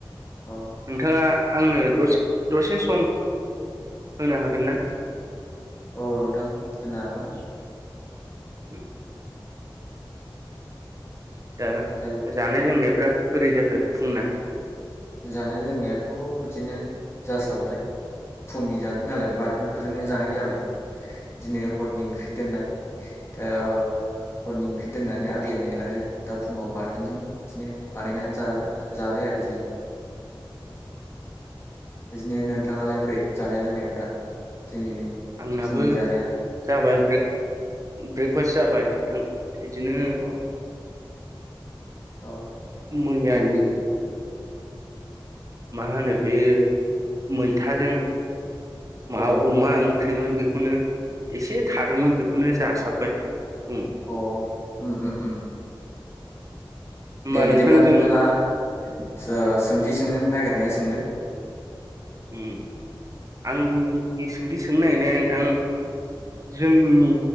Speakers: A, on the left; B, on the right.
A: औ
B: नोंथाङा आंनो दसे दसे सम होनो हागोन ना?
A: औ औ नोंथां होनो हागोन।
B: उम, दा
A: ओमफ्राय
B: जानाय लोंनाय फ्राय बोरै जाखो फुंना?
A: जानाय लोंनायाथ बिदिनो जासाबबाय फुंनि जानाय नालाय बाथोनफोरजोंनो जानाय जाबाय। दिनै हरनि ओंख्रि दोननाय दा हरनि ओंख्रि दोननानै आग्लायनाय आरो दा फुङाव बाथोनजों बिदिनो बानायनानै जा जाबाय आरो जों। बिदिनो नोंथाङालाय बोरै जानाय लोंनायफ्रा? दिनै
B: आंनाबो
A: फुंनि जानाया
B: जाबाय ब्रेकफास जाबाय नोंथां। बिदिनो
A: औ औ
B: मोयानि
A: दे बिदि
B: मा होनो बे मैथाजों मा
A: औ
B: अमा ओं ओंख्रिमोन बेखौनो एसे थादोंमोन बेखौनो जासाबबाय। फुङाव
A: अ ओम ओम ओम
B: होमबा
A: दे
B: नोंथां
A: बिदिब्ला नोंथाङा
B: जों
A: सो सोंथि सोंनो नागिरनाया सोंदो?
B: ओ आंनि सोंथि सोंनो नागिरनाया नोंथां जोंनि